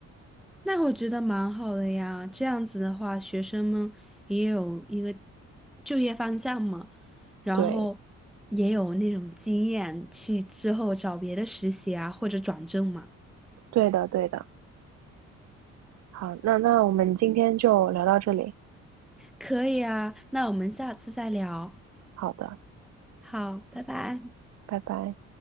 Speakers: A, in the centre; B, on the right.
A: 那我觉得蛮好的呀，这样子的话，学生们也有一个就业方向嘛，然后
B: 对，
A: 也有那种经验去之后找别的实习啊，或者转正嘛。
B: 对的，对的。好，那那我们今天就聊到这里。
A: 可以啊，那我们下次再聊。
B: 好的，
A: 好，拜拜。
B: 拜拜。